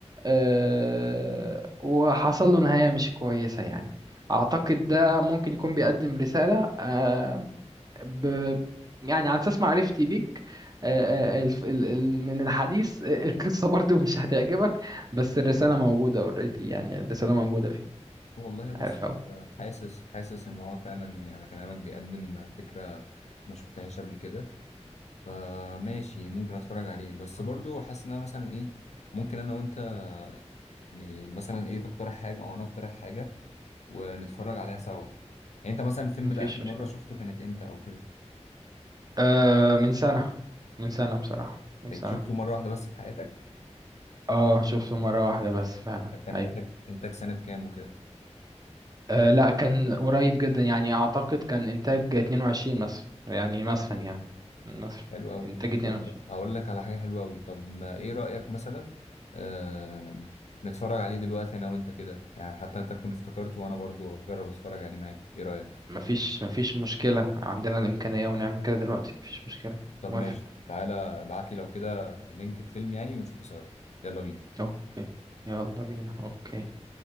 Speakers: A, on the right; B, on the left.
A: آه، وحصل له نهاية مش كويسة يعني أعتقد ده ممكن يكون بيقدم رسالة آه، ب يعني على أساس معرفتي بيك آه، آه، الف- ال- ال- من الحديث آه، <laughs> القصة برضو مش هتعجبك بس الرسالة موجودة اوريدي يعني الرسالة موجودة فيه
B: والله بص
A: عارف أهو
B: آه، حاسس حاسس ان هو فعلا يعني على كلامك بيقدم فكره ما شفتهاش قبل كده فماشي ممكن اتفرج عليه بس برضو حاسس ان انا مثلا ايه ممكن انا وانت يعني مثلا ايه تقترح حاجه او انا اقترح حاجه ونتفرج عليها سوا يعني انت مثلا الفيلم
A: مفيش
B: ده اخر مره
A: مشكلة
B: شفته كانت امتى او كده
A: آه، من سنة من سنة بصراحة من
B: إيه،
A: سنة
B: شفته مره واحده بس في حياتك
A: اه شفته مرة واحدة بس فعلا
B: كان
A: أيوة
B: انتاج انتاج سنه كام وكده
A: آه لا كان قريب جدا يعني اعتقد كان انتاج 22 مثلا يعني مثلا يعني مثلا
B: حلو قوي
A: انتاج 22
B: طب اقول لك على حاجه حلوه قوي طب ما ايه رايك مثلا آه... نتفرج عليه دلوقتي انا وانت كده يعني حتى انت تكون افتكرته وانا برضو اجرب اتفرج عليه معاك ايه رايك
A: مفيش مفيش مشكلة عندنا الإمكانية ونعمل كده دلوقتي مفيش مشكلة
B: طب
A: موافق
B: ماشي تعالى ابعت لي لو كده لينك الفيلم يعني ونشوفه سوا يلا بينا
A: اوكي يلا بينا اوكي